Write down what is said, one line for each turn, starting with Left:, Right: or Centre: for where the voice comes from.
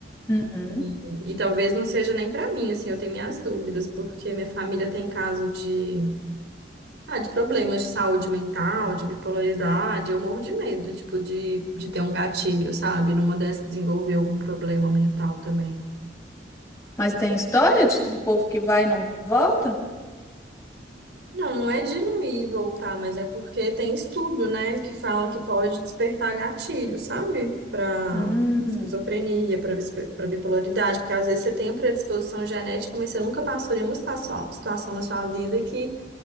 Left: Uhum.
Right: E, e talvez não seja nem para mim, assim. Eu tenho minhas dúvidas, porque minha família tem caso de, ah, de problemas de saúde mental, de bipolaridade. Eu morro de medo, tipo, de, de ter um gatilho, sabe? Numa dessas desenvolver algum problema mental também.
Left: Mas tem história de, do povo que vai e não volta?
Right: Não, não é de não ir e voltar, mas é porque tem estudo, né, que fala que pode despertar gatilho, sabe? Para
Left: Hum,
Right: esquizofrenia, para bipolaridade, porque às vezes você tem a predisposição genética, mas você nunca passou nenhuma situação, situação na sua vida que,